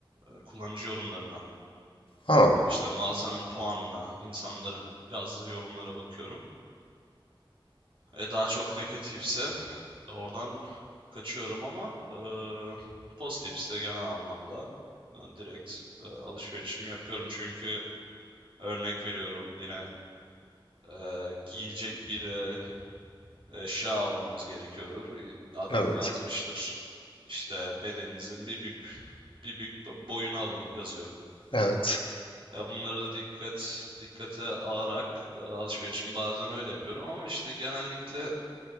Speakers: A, on the right; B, on the left.
A: eee, kullanıcı yorumlarına.
B: Ha,
A: İşte mağazanın puanına, insanların yazdığı yorumlara bakıyorum. E daha çok negatifse Oradan kaçıyorum ama eee, pozitifse genel anlamda eee, direkt eee, alışverişimi yapıyorum. Çünkü örnek veriyorum yine eee, giyilecek bir eee, eşya almamız gerekiyordur. Adam
B: evet.
A: yazmıştır işte bedeninizin bir büyük bir büyük boyunu alın yazıyor.
B: Evet.
A: E, bunları da dikkat dikkate alarak eee, alışverişimi bazen öyle yapıyorum ama işte genellikle